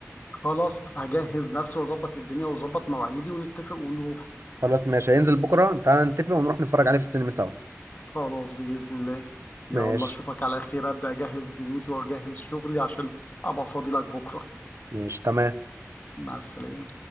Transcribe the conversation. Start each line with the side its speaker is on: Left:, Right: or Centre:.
Left: خلاص هجهز نفسي وأظبط الدنيا وأظبط مواعيدي ونتفق ونروح
Right: خلاص ماشي هينزل بكره تعالى نتفق ونروح نتفرج عليه في السينما سوا
Left: خلاص بإذن الله يلا
Right: ماشي
Left: أشوفك على خير أبدأ أجهز دنيتي وأجهز شغلي عشان أبقى فاضي لك بكرة
Right: ماشي تمام
Left: مع السلامة